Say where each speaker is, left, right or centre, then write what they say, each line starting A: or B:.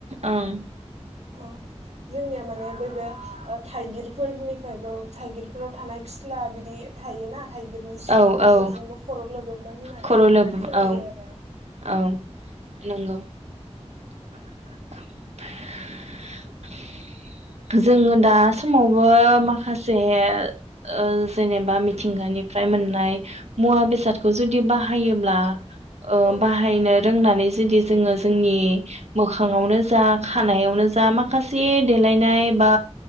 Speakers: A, on the right (about 70°); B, on the right (about 85°).
A: ओं
B: औ जोंनिया माने बैबे थाइगिरफोरनिफ्रायबो थाइगिर। फोराव थानाय फि त्ला बिदि थायोना थाइगिरनि सिङाव
A: औ
B: बेफोरजोंबो
A: औ
B: खर लोबो। मोन होननानै
A: खर' लोब
B: ओ खोनायो
A: औ
B: आरो।
A: औ नंगौ। <inaudible> जोङो दा समावबो माखासे ओ जेनेबा मिथिंगानिफ्राय मोननाय मुवा बेसादखौ जुदि बाहायोब्ला ओ
B: औ
A: बाहायनो रोंनानै जुदि जोङो जोंनि मोखाङावनो जा, खानायावनो जा माखासे देलाय नाम बा